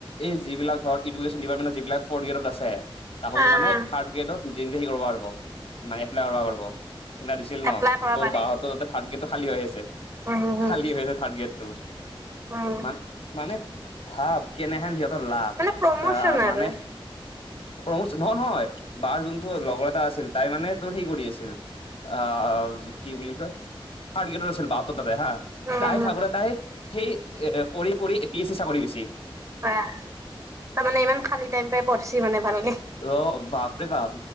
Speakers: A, on the left; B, on the right.
A: এই যিবিলাক ধৰ এডুকেশনিপাৰেট এইলাক ফৰ্থ গ্ৰেডত আছে তাহক
B: আহ
A: মানে থাৰ্ড গ্ৰেডত নিজে নিজে সে কৰিব পাৰিব। মানে এপ্লাই কৰিব পাৰব সিদিনা দিছিল ন
B: এপ্লাই কৰা
A: ত'
B: পাৰি
A: বহতো তাতে থাৰ্ট গটো খালী হৈ আছে।
B: উম হম হম
A: খালী হৈ আছে থাৰ্ড গ্ৰেডটো
B: উম
A: মান মানে ভাব। কেনেহেন সিহঁতৰ লাখ
B: মানে প্ৰমোচন
A: আহ মানে
B: আৰু
A: প্ৰমোদ নহয় নহয়। বাৰ যোনটো লগৰ এটা আছিল। তাই মানে তোৰ হে কৰি আছিল অ কি বুলি কয় থাৰ্ড গ্ৰেডৰ আছিল বা হা
B: উম
A: তাই
B: হম
A: থাকোঁতে তাই সেই কৰি কৰি পি এছ চি চাকৰি পাইছিল।
B: অ তাৰমানে ইমান খালী টাইম পাই পঢ়িছি মানে ভালকে।
A: অ বাপৰে বাপ